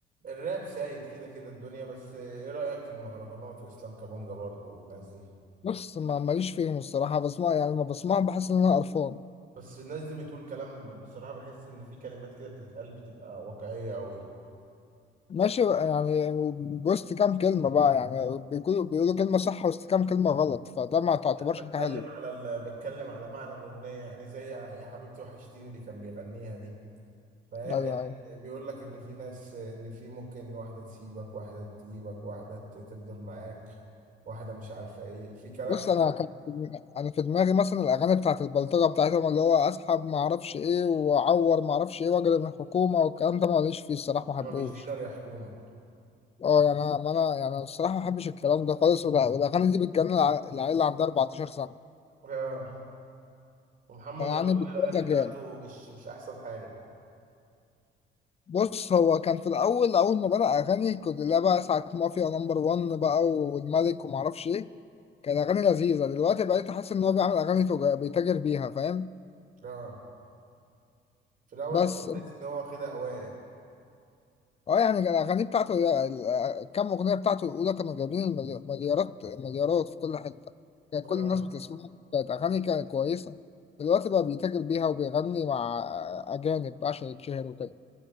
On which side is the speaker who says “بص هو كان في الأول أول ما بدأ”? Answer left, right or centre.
Left